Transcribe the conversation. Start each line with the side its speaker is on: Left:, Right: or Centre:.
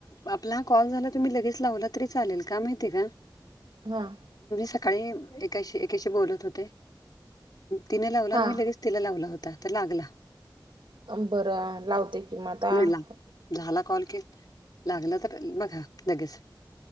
Left: आपला ह कॉल झाला तुम्ही लगेच लावला तरी चालेल का माहितीय का
Right: हां
Left: सकाळी एकाशी एकाशी बोलत होते तिने लावला
Right: हां
Left: आणि मी लगेच तिला लावला होता तर लागला
Right: अं बरं लावते कि मग आता
Left: मिळला. झाला कॉल के लागला तर बघा लगेच.